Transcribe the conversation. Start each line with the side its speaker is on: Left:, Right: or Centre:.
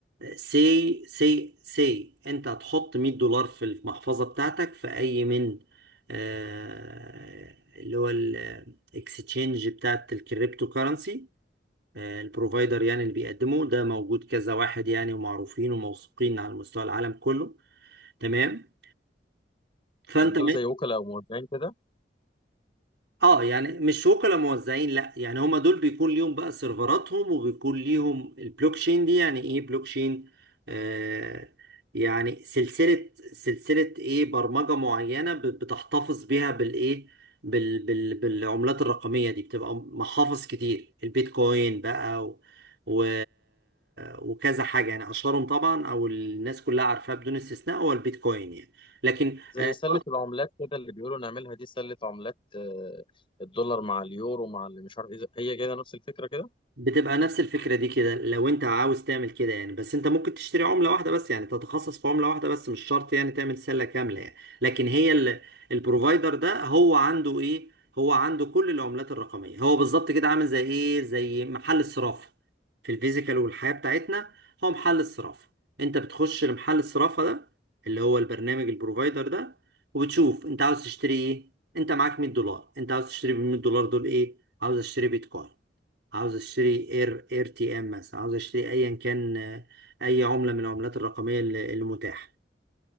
Right: سي سي سي انت هتحط 100 دولار في المحفظة بتاعتك في اي من آه، اللي هو الاكستشينج بتاعت الكريبتو كرنسي آه، البروفايدر يعني اللي بيقدمه ده موجود كذا واحد يعني ومعروفين وموثوقين على مستوى العالم كله تمام فانت
Left: يعني دول زي وكلاء او موزعين كده
Right: اه يعني مش وكلاء موزعين لا يعني هما دول بيكون ليهم بقى سيرفراتهم وبيكون ليهم البلوك تشين دي يعني ايه بلوك تشين آه يعني سلسلة سلسلة ايه برمجة معينة ب- بتحتفظ بيها بالايه بال بال بالعملات الرقمية دي بتبقى محافظ كتير البيتكوين بقى و و وكذا حاجة يعني أشهرهم طبعا أو الناس كلها عارفاها بدون استثناء هو البيتكوين يعني لكن
Left: زي
Right: آه،
Left: سله العملات كده اللي بيقولوا نعملها دي سله عملات آه، الدولار مع اليورو مع اللي مش عارف ايه هي كده نفس الفكره كده
Right: بتبقى نفس الفكرة دي كده لو انت عاوز تعمل كده يعني بس انت ممكن تشتري عملة واحدة بس يعني تتخصص في عملة واحدة بس مش شرط يعني تعمل سلة كاملة يعني لكن هي ال- البروفايدر ده هو عنده ايه هو عنده كل العملات الرقمية هو بالظبط كده عامل زي ايه زي محل الصرافة في الفيزيكال والحياة بتاعتنا هو محل الصرافة انت بتخش لمحل الصرافة ده اللي هو البرنامج البروفايدر ده وبتشوف انت عاوز تشتري ايه انت معاك 100 دولار انت عاوز تشتري ب 100 دولار دول ايه عاوز اشتري بيتكوين عاوز اشتري اير اير تي ام مثلا عاوز اشتري ايا كان آه، اي عمله من العملات الرقميه اللي اللي متاحه